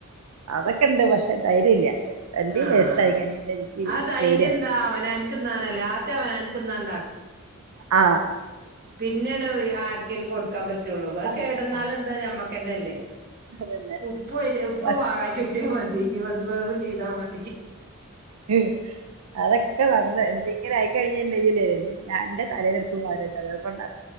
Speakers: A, on the right; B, on the right.
A: അതൊക്കെ ഇണ്ട് പക്ഷെ ധൈര്യല്ല എന്തീ
B: ആഹ്
A: വേസ്റ്റ് ആയി കഴിഞ്ഞിട്ട് ക്കി
B: ആ ധൈര്യം
A: പേടിയ
B: എന്താ അവനാൻക്ക് തിന്നാനല്ലേ ആദ്യം അവനാൻക്ക് തിന്നാൻ
A: ആഹ്
B: പിന്നെണ് ആർക്കേലും കൊടുക്കാൻ പറ്റള്ളൂ അത്
A: ആ
B: കേടന്നാലെന്താ
A: ആ
B: ഞമ്മക്കന്നെല്ലേ
A: അതന്നെ
B: ഉപ്പ് ഉപ്പ്
A: പക്ഷെ
B: വാഗാ കിട്ടിയാൽ മതി അത് വേവും ചെയ്താ മതി
A: ഉം, അതൊക്കെ വന്ന് എന്തെങ്കിലും ആയിക്കഴിഞ്ഞുണ്ടെങ്കിലേ ഞാൻന്റെ തലേൽടുത്ത്മാരല്ല അത് കൊണ്ട